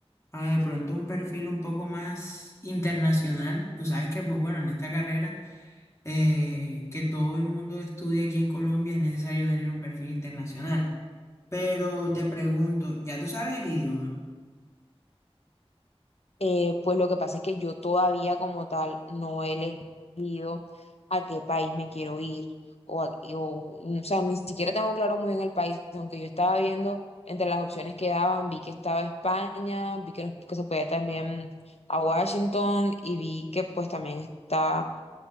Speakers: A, on the left (about 30°); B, on the left (about 75°).
A: a de pronto un perfil un poco más internacional. Tú sabes que, pues bueno, en esta carrera eh, que todo el mundo estudia aquí en Colombia es necesario tener un perfil internacional. Pero te pregunto, ¿ya tú sabes el idioma?
B: Eh, pues lo que pasa es que yo todavía como tal no he elegido a qué país me quiero ir o, a- o, mm, o sea, ni siquiera tengo claro muy bien el país, aunque yo estaba viendo entre las opciones que daban, vi que estaba España, vi que, nos- que se podía también a Washington y vi que pues también está